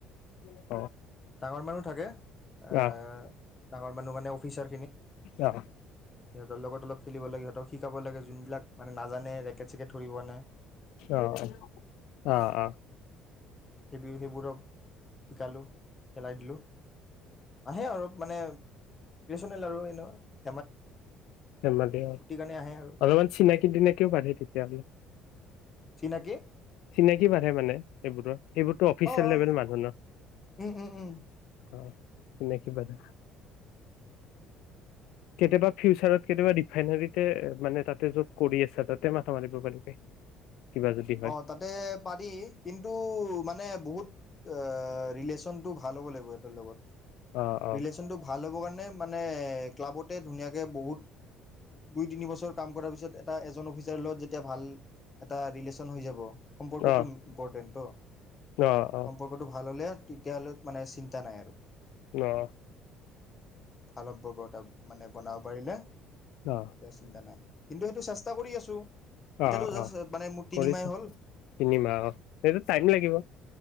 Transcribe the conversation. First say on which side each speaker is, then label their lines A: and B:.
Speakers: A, on the left; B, on the left.
A: উম <inaudible>
B: ডাঙৰ মানুহ থাকে এ
A: আহ
B: ডাঙৰ মানু কাৰণে অফিচাৰ
A: অ
B: সিহঁতৰ লগত অলপ খেলিব লাগে, সিহঁতক শিকাব লাগে যোনবিলাক মানে নাজানে ৰেকেট চেকেট ধৰিবানে।
A: আহ অ আহ অ
B: সেইবেলি সেইবোৰক শিকালোঁ খেলাই দিলোঁ আহে অলপ মানে নেল আৰু এনে <unintelligible>
A: েম দে
B: কাৰণে আহে আৰু
A: অলপমান চিনাকি দিনাকিও বাঢ়ে তেতিয়াহলে <unintelligible>
B: চিনাকি
A: চিনাকি বাঢে মানে সেইবোৰত। সেইবোৰতো অফিচিয়েল
B: অ অ
A: লেভেল মানুহ ন?
B: উম উম উম
A: অ'। এনে কিবা এটা। কেতিয়াবা ফিউচাৰত কেতিয়াবা ৰিফাইনাৰীতে এ মানে তাতে য'ত কদি আছা, তাতে মাথা মাৰিব পাৰিবি। কিবা যদি হয়
B: অ', তাতে পাদি, কিন্তু মানে বহুত এ ৰিলেছ চনটো ভাল হ'ব লাগিব, ইহটৰ লগত। <unintelligible>
A: অ অ
B: ৰিলেশ্যনটো ভাল হ'ব কান নে মানে, ক্লাবতে ধুনীয়াকে বহুত, দুই তিনি বছৰ কাম কৰা পিছত এটা এজন অফিচাৰ লগত যেতিয়া ভাল, এটা ৰেলেছ চন হৈ যাব। সম্পৰ্কটো
A: অ
B: ইম-ইম্পৰ্টেণ্ট অ'।
A: অ অ
B: সম্পৰ্কটো ভাল হ'লে। তেতিয়াহ'লে মানে চিন্তা নাই আৰু।
A: অ'
B: ফাল্পৰ্বতাপ মানে বনাব পাৰিলে!
A: অ
B: তিয়া চিন্তা নাই। কিন্তু, সেইটো চেষ্টা কৰি আছো। এতিয়াতো
A: অ
B: জাষ্ট
A: অ
B: মানে মোৰ তিনিমাহ
A: কৰি চা।
B: হ'ল
A: তিনিমাহ। অ' সেইটো টাইম লাগিব।